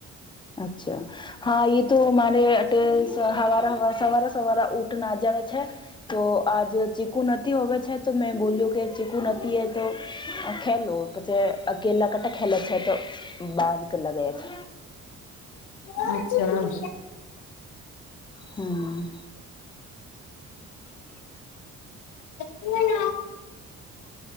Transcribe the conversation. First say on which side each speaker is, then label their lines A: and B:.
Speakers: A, on the left; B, on the left.
A: અચ્છા. હા, એ તો મારે એ હવા સવારે સવારા ઊટ ના જાવ છે. તો આજ ચીકુ ન હોવે છે, તો મેં બોલ્યું કે ચીકુ નથી હતો. ખેલું પછી અકેલા કટા ખેલા છે, તો બાર કેલા ગયા છે.
B: અચ્છા.
A: હમ.
B: વ ના <unintelligible>